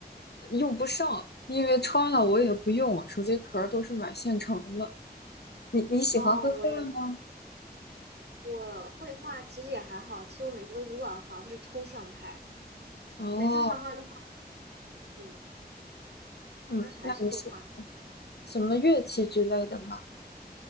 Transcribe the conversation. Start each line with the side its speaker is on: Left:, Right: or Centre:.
Left: 用不上，因为穿了我也不用，手机壳儿都是买现成的。你你喜欢绘画吗？
Right: 哦，我也，我绘画其实也还好，其实我每次都是乱画，我是抽象派，
Left: 哦，
Right: 每次画画都画，嗯，
Left: 嗯，
Right: 但是还是会画。
Left: 那你是什么乐器之类的吗？